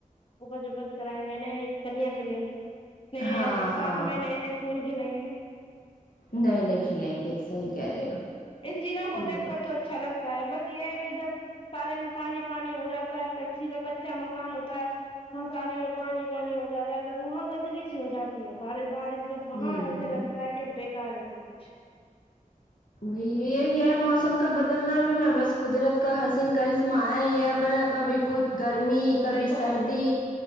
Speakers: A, on the left; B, on the left.
A: اپج اپج کرآئیں گے نئی نئی کلیاں کھلیں گی نئے نئے
B: ہاں
A: اب برسات
B: ہاں
A: میں نئے نئے پھول کھلیں گے
B: نئے نئے کھلیں گے صحیح کہہ
A: جی
B: رہے ہو
A: ان چیزوں کو دیکھ
B: جی
A: کر تو اچھا لگتا ہے بس یہ ہے کہ جب سارے میں پانی پانی ہو جاتا ہے کچی کا کچا مکان ہوتا ہے سارے میں پانی پانی ہو جاتا ہے تو وہاں گندگی سی ہو جاتی ہے بارش بارش وہاں
B: جی
A: ایسے لگتا ہے کہ بےکار ہے سب کچھ
B: یہ یہ ہے موسم کا بدلنا بھی نا بس قدرت کا حسین کرشمہ ہے یہ اپنا کبھی کچھ گرمی کبھی
A: دیکھو
B: سردی